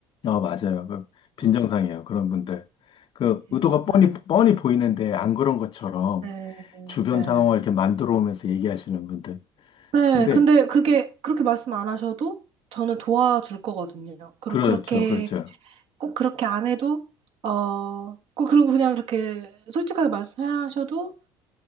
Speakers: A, on the left; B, on the right.
A: 아, 맞아요. 그 빈정상이에요.
B: 아,
A: 그런 분들. 그,
B: 네,
A: 의도가
B: 맞아요.
A: 뻔히, 뻔히 보이는데 안 그런 것처럼
B: 네,
A: 주변
B: 네.
A: 상황을 이렇게 만들어 오면서 얘기하시는 분들.
B: 네,
A: 근데,
B: 근데 그게 그렇게 말씀 안 하셔도 저는 도와줄 거거든요. 그리고
A: 그렇죠,
B: 그렇게
A: 그렇죠.
B: 꼭 그렇게 안 해도 어, 꼭 그리고 그냥 그렇게 솔직하게 말씀하셔도